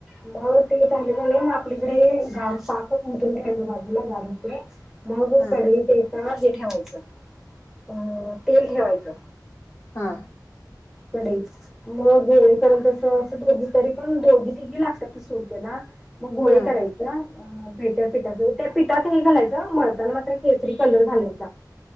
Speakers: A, in the centre; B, on the left.
A: म ते, ले <unintelligible> मग आपलीकडे गार पाक उतरून घ्यायच, बाजूला गार ते. मग
B: हा
A: कडईत एका हे ठेवायचं, अ तेल ठेवायचं.
B: हा.
A: कढईत. मग येई पर्यंत अस, दोघी तरी पण, दोघी-तिघी लागतात, तू सोडते ना मग, गोळे
B: हा
A: कराय <unintelligible> भेट्या पिठाच, त्या पीठात हे घालायचं, मळताना मात्र, केसरी कलर घालायचा.